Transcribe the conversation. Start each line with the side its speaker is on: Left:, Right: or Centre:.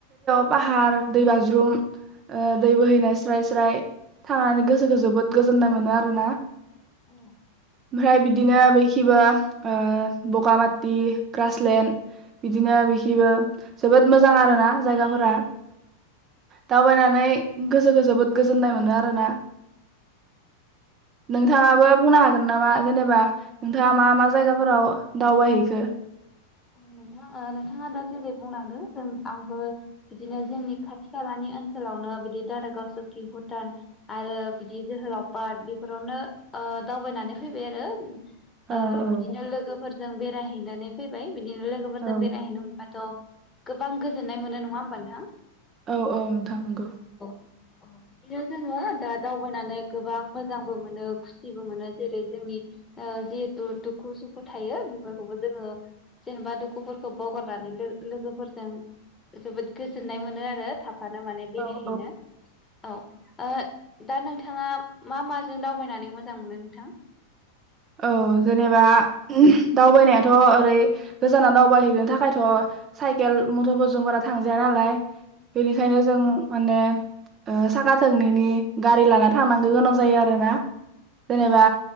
Right: <unintelligible> पाहार, दै बाज्रुम ओ दै
Left: औ
Right: बोहैनाय
Left: औ
Right: स्राइ स्राइ थांनानै गोसोखो जोबोद गोजोननाय मोनो‌ आरो ना
Left: औ
Right: ओमफ्राय बिदिनो बैखिबो ओ‌ बगामाथि, ग्रासलेण्ड बिदिनो बैखिबो जोबोद मोजां आरो ना जायगाफोरा। दावबायनानै गोसोखौ जोबोद गोजोननाय मोनो आरोना। नोंथाङाबो बुंनो हागोन नामा जेनेबा नोंथाङा मा मा जायगाफोराव दावबायहैखो?
Left: नोंथाङा ओ नोंथाङा दा जेरै बुंलांदों जों आंबो बिदिनो जोंनि खाथि खालानि ओनसोलावनो बिदि दारागाव, सुकि, भुटान आरो बिदि जोहोलाव पार्क बेफोरावनो ओह दावबायनानै फैबाय आरो।
Right: औ
Left: ओ
Right: औ
Left: बिदिनो लोगोफोरजों बेराय हैनानानै फै बिदिनो लोगोफोरजों
Right: औ
Left: बेरायहैनो मोनबाथ' गोबां गोजोननाय मोनो नङा होमबा नोंथां?
Right: औ औ नोंथां नोंगौ।
Left: अ बिदिनो जोङो दा दावबायनानै गोबां मोजांबो मोनो खुसिबो मोनो जेरै जोंनि ओ जिहेथु दुखु सुखु थायो बेफोरखौबो जोङो जेनेबा दुखुफोरखौ बावगारनानै लोगो लोगोफोरजों जोबोद गोजोननाय मोनो आरो थाब माने बेरायहैनो।
Right: औ औ
Left: औ ओ दा नोंथाङा मा माजों दावबायनानै मोजां मोनो नोंथां?
Right: औ जेनेबा दावबायनायाथ' ओरै गोजानाव दावबायहैनो थाखायथ' साइकेल, मटरफोरजों बारा थांजाया नालाय। बेनिखायनो जों माने साखा थोंनैनि गारि लाना थांनांगो गोनां जायो आरोना। जेनेबा